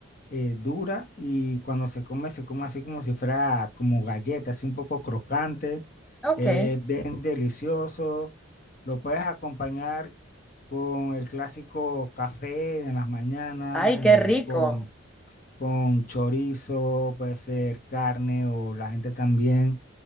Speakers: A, on the left; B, in the centre.
A: eh, dura y cuando se come, se come así como si fuera como galleta, así un poco crocante,
B: ok.
A: eh, bien delicioso. Lo puedes acompañar con el clásico café en las mañanas,
B: Ay,
A: eh,
B: qué rico.
A: con, con chorizo, puede ser carne o la gente también